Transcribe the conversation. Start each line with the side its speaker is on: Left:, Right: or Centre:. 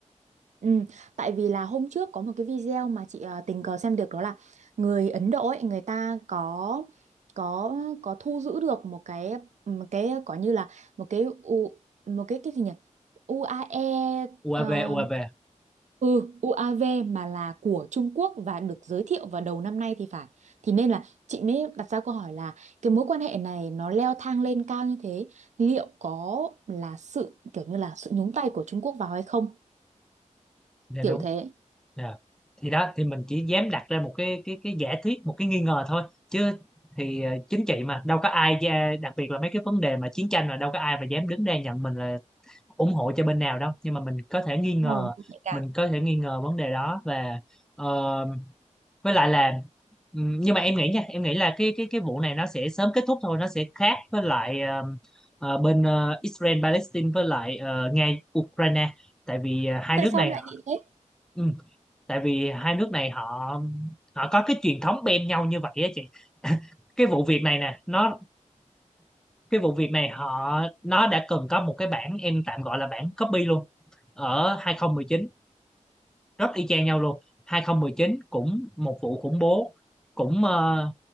Right: Ừ, tại vì là hôm trước có một cái video mà chị ờ, tình cờ xem được đó là người Ấn Độ ấy, người ta có có có thu giữ được một cái ừ, một cái có như là một cái u một cái cái gì nhỉ UAE
Centre: UAV
Right: ờ,
Centre: UAV
Right: ừ UAV mà là của Trung Quốc và được giới thiệu vào đầu năm nay thì phải thì nên là chị mới đặt ra câu hỏi là cái mối quan hệ này nó leo thang lên cao như thế liệu có là sự kiểu như là sự nhúng tay của Trung Quốc vào hay không
Centre: dạ
Right: kiểu
Centre: đúng
Right: thế
Centre: Dạ. thì đó thì mình chỉ dám đặt ra một cái cái cái giả thuyết một cái nghi ngờ thôi chứ thì ờ, chính trị mà đâu có ai ra- đặc biệt là mấy cái vấn đề mà chiến tranh là đâu có ai mà dám đứng ra nhận mình là ủng hộ cho bên nào đâu nhưng mà mình có thể nghi
Right: Đúng
Centre: ngờ
Right: rồi, nó cũng nhạy cảm.
Centre: mình có thể nghi ngờ vấn đề đó và ờ, với lại là ừm, nhưng mà em nghĩ nha em nghĩ là cái cái cái vụ này nó sẽ sớm kết thúc thôi nó sẽ khác với lại ờ, ờ, bên ờ, Israel Palestine với lại ờ, Nga Ukraine tại vì ờ, hai
Right: Tại
Centre: nước
Right: sao
Centre: này
Right: em lại nghĩ thế?
Centre: ừm, tại vì hai nước này họ họ có cái truyền thống bem nhau như vậy á chị <laughs> cái vụ việc này nè nó cái vụ việc này họ nó đã từng có một cái bản em tạm gọi là bản copy luôn ở hai không một chín rất y chang nhau luôn hai không một chín cũng một vụ khủng bố cũng ờ,